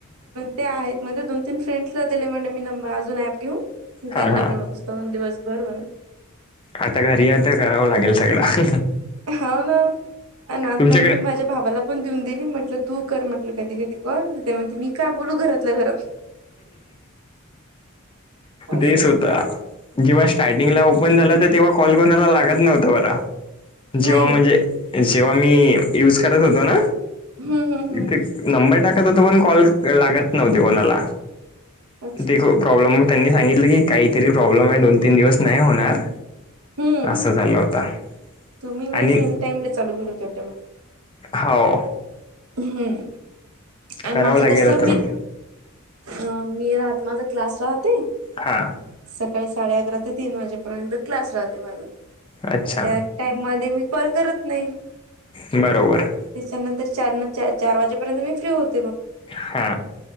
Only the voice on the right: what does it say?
ते आहेत म्हणजे दोन तीन फ्रेंड्सला दिले म्हणे मी अजून घेऊन मी त्यांना
बोलत असतो दिवसभर म्हण
हाव ना. आणि आता
मी माझ्या भावाला पण देऊन दिली म्हटलं तू कर म्हटलं कधी कधी कॉल ते म्हणते मी काय बोलू घरातलं घरात असं
आहे
ते.
नाही
हम्म हम्म हम्म
अच्छा
हम्म
तुम्ही मी
सेम टाईम <inaudible>
हम्म आणि
माझं
कसं
मी अ मी राहत माझा क्लास राहते
सकाळी साडे अकरा ते तीन वाजेपर्यंत क्लास राहते माझा
त्या टाईम मध्ये मी कॉल करत नाही
त्याच्यानंतर चार चार वाजेपर्यंत मी फ्री होत